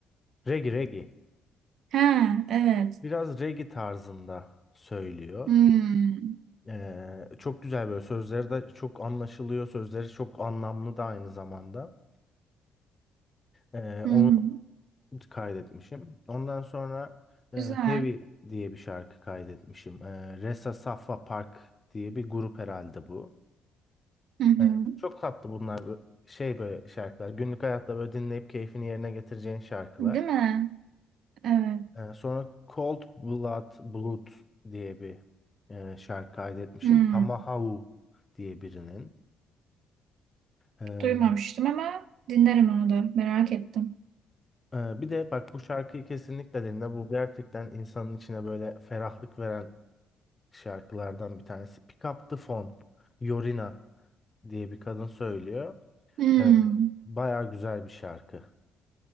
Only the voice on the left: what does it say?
Reggae reggae.
Biraz reggae tarzında söylüyor.
Eee, çok güzel böyle sözleri de çok anlaşılıyor. Sözleri çok anlamlı da aynı zamanda. Eee,
onu
kaydetmişim. Ondan sonra eee,
Heavy diye bir şarkı kaydetmişim. Eee, Resa Safa Park diye bir grup herhalde bu.
Ee, Çok tatlı bunlar bu- şey böyle şarkılar. Günlük hayatta böyle dinleyip keyfini yerine getireceğin şarkılar.
Ee, Sonra Cold Blood Blood diye bir e, şarkı kaydetmişim.
Tamahahu diye birinin. Ee,
e, Bir de bak bu şarkıyı kesinlikle dinle. Bu gerçekten insanın içine böyle ferahlık veren şarkılardan bir tanesi. Pick Up The Phone, Yorina diye bir kadın söylüyor.
Ee, Bayağı güzel bir şarkı.